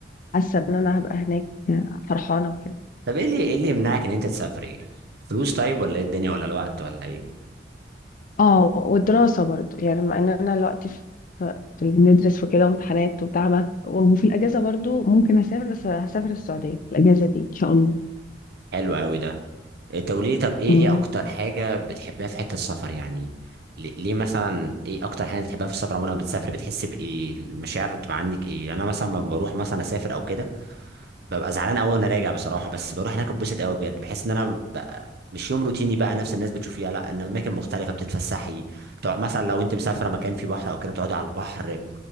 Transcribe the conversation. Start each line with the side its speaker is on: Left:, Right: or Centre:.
Left: ان انا هبقى هناك فرحانه وكده
Right: طب ايه اللي ايه اللي يمنعك ان انت تسافري فلوس طيب ولا ايه الدنيا ولا الوقت ولا ايه
Left: اه والدراسه برضو يعني مع ان انا دلوقتي في في بندرس وكده وامتحانات وبتاع ما- وفي الاجازه برضو ممكن اسافر بس هسافر السعوديه الاجازه دي ان شاء الله
Right: حلو قوي ده انت قولي لي طب ايه
Left: آه.
Right: ايه اكتر حاجه بتحبها في حته السفر يعني ل- ليه مثلا ايه اكتر حاجه بتحبها في السفر عموما لما بتسافر بتحس بايه المشاعر اللي بتبقى عندك ايه يعني انا مثلا لما بروح مثلا اسافر او كده ببقى زعلان قوي وانا راجع بصراحه بس بروح هناك اتبسط قوي بجد بحس ان انا بقى مش يوم روتيني بقى نفس الناس بتشوفيها لا ان اماكن مختلفه بتتفسحي بتقعد مثلا لو انت مسافره مكان فيه بحر او كده بتقعدي على البحر